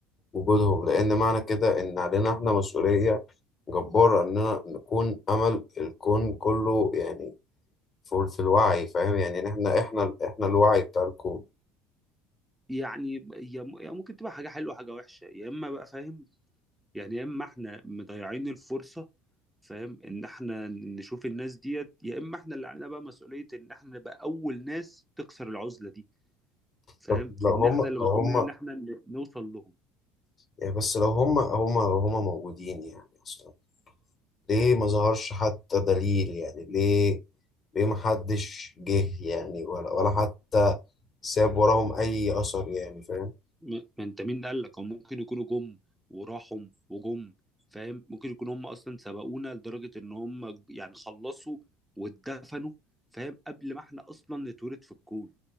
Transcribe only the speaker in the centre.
يعني هي م- هي ممكن تبقى حاجة حلوة حاجة وحشة يا إما بقى فاهم يعني يا إما إحنا مضيعين الفرصة فاهم إن إحنا نشوف الناس ديت يا إما إحنا اللي علينا بقى مسؤولية إن إحنا نبقى أول ناس تكسر العزلة دي فاهم
إن
إحنا
اللي مطلوب
مننا إن إحنا ن- نوصل لهم
م- ما أنت مين قال لك هم ممكن يكونوا جم وراحوا وجم فاهم ممكن يكونوا هم أصلا سبقونا لدرجة إن هم يعني خلصوا واتدفنوا فاهم قبل ما إحنا أصلا نتولد في الكون